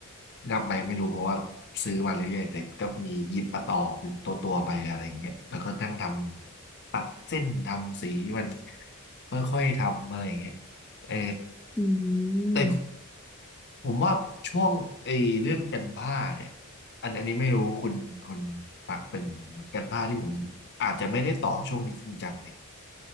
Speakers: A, on the left; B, in the centre.
A: นับไปไม่รู้เพราะว่าซื้อมาเรื่อยๆแต่ก็มีหยิบมาต่อเป็นตัวตัวไปอะไรอย่างเงี้ยแล้วก็นั่งทำตัดเส้นทำสีมันค่อยๆทำอะไรอย่างเงี้ยเออ
B: อื
A: แต่
B: ม
A: ผมว่าช่วงไอ้เรื่องกันผ้าเนี่ยอันอันนี้ไม่รู้คุณคุณปักเป็นกันผ้าที่ผมอาจจะไม่ได้ต่อช่วงนี้จริงจังเนี่ย